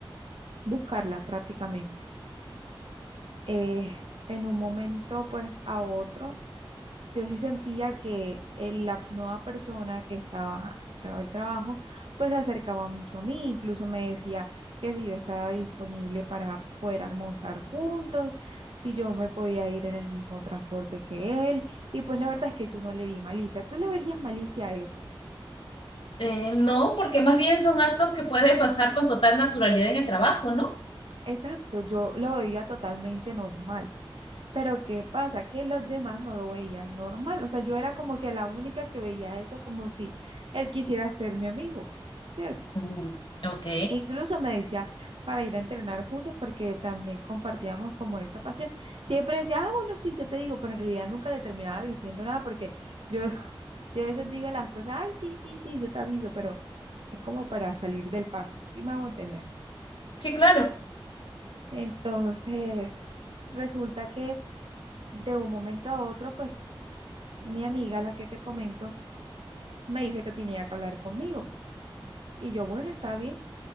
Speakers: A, on the right; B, on the left.
A: buscarla prácticamente. Eh, en un momento, pues a otro yo sí sentía que el- la nueva persona que estaba, entraba el trabajo, pues se acercaba mucho a mí, incluso me decía que si yo estaba disponible para poder almorzar juntos, si yo me podía ir en el mismo transporte que él, y pues la verdad es que yo no le vi malicia. ¿Tú le verías malicia a eso?
B: Eh, no, porque más bien son actos que puede pasar con total naturalidad en el trabajo, ¿no?
A: Exacto, yo lo veía totalmente normal. Pero ¿qué pasa? Que los demás no lo veían normal. O sea, yo era como que la única que veía eso como si él quisiera ser mi amigo, ¿cierto?
B: Mm, ok,
A: Incluso me decía para ir a entrenar juntos porque también compartíamos como esa pasión. Siempre decía, ah, bueno, sí, yo te digo, pero en realidad nunca le terminaba diciendo nada porque yo, <laughs> yo a veces digo las cosas, ay, sí, sí, sí, yo te aviso, pero es como para salir del paso, ¿sí me hago entender?
B: sí, claro,
A: Entonces, resulta que de un momento a otro, pues mi amiga, la que te comento, me dice que tenía que hablar conmigo y yo, bueno, está bien,